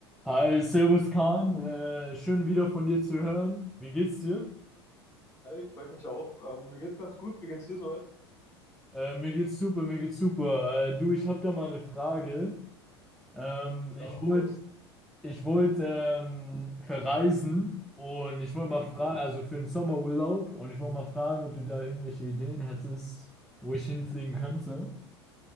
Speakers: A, in the centre; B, on the left (about 20°).
A: Hi, Servus Kahn, äh, schön wieder von dir zu hören. Wie geht's dir?
B: Hi, freut mich auch. Ähm, mir geht's ganz gut. Wie geht's dir soweit?
A: Äh, mir geht's super, mir geht's super. Äh, du, ich habe da mal eine Frage. Ähm,
B: Ja,
A: ich
B: was?
A: wollte ich wollt, ähm, verreisen und ich wollte mal fragen, also für den Sommerurlaub, und ich wollte mal fragen, ob du da irgendwelche Ideen hättest, wo ich hinfliegen könnte.